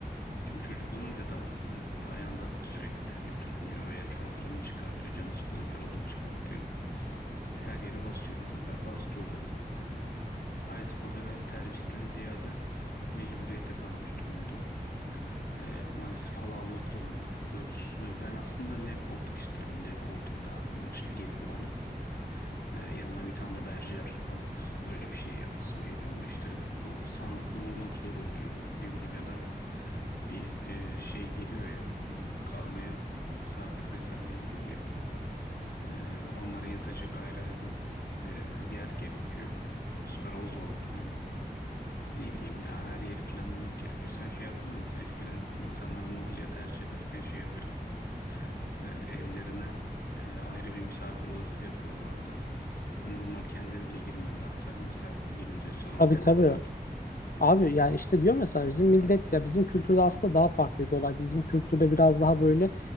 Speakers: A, on the left; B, on the left.
A: şimdi çocuk olunca da e, ayağında sürekli terlik tutmuyor veya çoraplarını çıkartıyor, canı sıkılıyor çorabını çıkartıyor. Her yere basıyor bu sefer de hasta oluyor. Maalesef orada biraz tercihten ziyade mecburiyete kalmış durumda. Ee, maalesef halı almak durumunda kalıyoruz. Ee, ben aslında L koltuk istiyorum. L koltuk daha kullanışlı geliyor bana. Ee, yanına bir tane de berjer alıp öyle bir şey yapasım geliyor ama işte bu sandıklı bulmak zor oluyor. Ne bileyim ya da bir e, şey geliyor ya hmm, kalmaya misafir vesaire geliyor ya. Ee, onlara yatacak ayrı ayrı e, yer gerekiyor. Bu sefer o zor oluyor. Ne bileyim ya her yeri planlamak gerekiyor. Sen şey hatırlar mısın? Eskiden insanlar mobilya tercih ederken şey yapıyordu. Ee, evlerine e, ayrı bir misafir odası yapıyorlardı. Normal kendileri bile girmiyorlardı. Sadece misafir gelince açılan
B: Tabii
A: odalar
B: tabii.
A: oluyordu.
B: Abi yani işte diyorum ya sana bizim millet ya bizim kültürde aslında daha farklıydı olay. Bizim kültürde biraz daha böyle